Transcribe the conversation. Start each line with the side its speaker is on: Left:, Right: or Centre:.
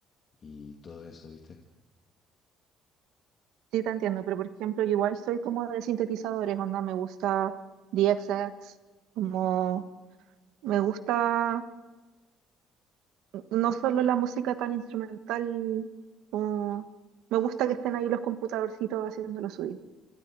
Left: y todo eso, ¿viste?
Right: Sí, te entiendo, pero por ejemplo, yo igual soy como de sintetizadores, onda, me gusta DXX, como me gusta. no solo la música tan instrumental, como me gusta que estén ahí los computadorcitos haciendo lo suyo.